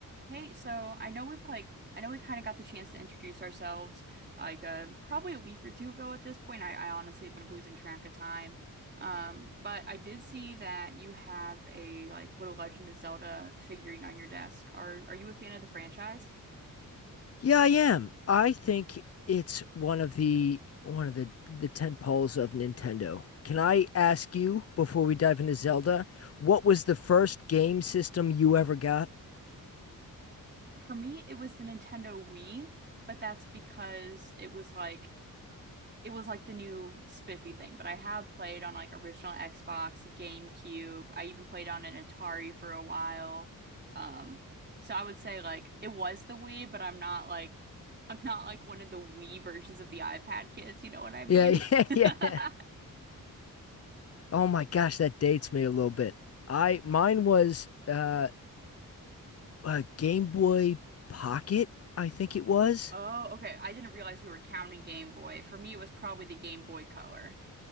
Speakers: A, on the right; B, on the left.
A: Hey, so I know we've like I know we kind of got the chance to introduce ourselves like uh probably a week or two ago at this point. I, I honestly have been losing track of time. Um, but I did see that you have a like little Legend of Zelda figurine on your desk. Are are you a fan of the franchise?
B: Yeah, I am. I think it's one of the one of the the tent poles of Nintendo. Can I ask you before we dive into Zelda, what was the first game system you ever got?
A: For me, it was the Nintendo Wii, but that's because it was like it was like the new spiffy thing, but I have played on like original Xbox, GameCube. I even played on an Atari for a while. Um, so I would say like it was the Wii, but I'm not like <laughs> I'm not like one of the Wii versions of the iPad kids, you know what I mean?
B: Yeah, <laughs>
A: <laughs>
B: yeah, yeah. Oh my gosh, that dates me a little bit. I mine was uh a Game Boy Pocket, I think it was.
A: Oh, okay. I didn't realize we were counting Game Boy. For me, it was probably the Game Boy Color.